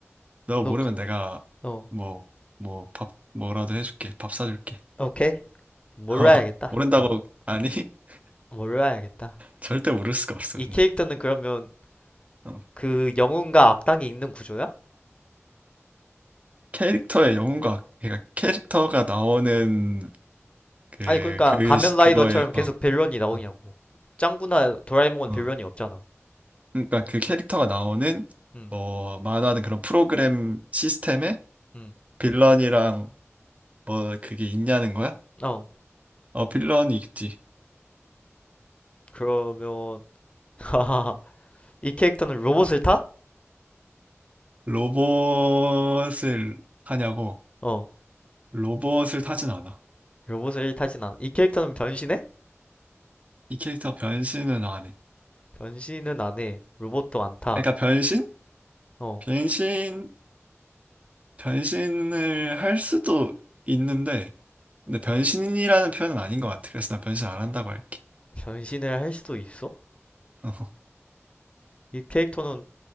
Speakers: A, on the right (about 30°); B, on the left (about 25°).
A: 너가
B: 너,
A: 모르면 내가
B: 어.
A: 뭐 뭐 밥 뭐라도 해줄게. 밥 사줄게.
B: 오케이. 몰라야겠다.
A: <laughs> 어, 모른다고
B: 어,
A: 아니 <laughs>
B: 몰라야겠다.
A: 절대 모를 수가 없어
B: 이
A: 근데.
B: 캐릭터는 그러면
A: 어,
B: 그 영웅과 악당이 있는 구조야?
A: 캐릭터의 영웅과 그러니까 캐릭터가 나오는 그,
B: 아니, 그러니까
A: 그,
B: 가면라이더처럼
A: 시- 그거에,
B: 계속
A: 어,
B: 빌런이 나오냐고.
A: 어,
B: 짱구나 도라에몽은
A: 어.
B: 빌런이 없잖아.
A: 그러니까 그 캐릭터가 나오는
B: 음,
A: 뭐 만화든 그런 프로그램 시스템에
B: 음.
A: 빌런이랑 뭐 그게 있냐는 거야?
B: 어,
A: 어, 빌런이 있지.
B: 그러면 <laughs> 이 캐릭터는 로봇을 타?
A: 로봇을 타냐고
B: 어,
A: 로봇을 타진 않아.
B: 로봇을 타진 않아. 이 캐릭터는 변신해?
A: 이 캐릭터 변신은 안 해.
B: 변신은 안 해. 로봇도 안 타.
A: 그러니까 변신?
B: 어,
A: 변신, 변신을 할 수도 있는데, 근데 변신이라는 표현은 아닌 것 같아. 그래서 나 변신 안 한다고 할게.
B: 변신을 할 수도 있어?
A: <laughs>
B: 이 캐릭터는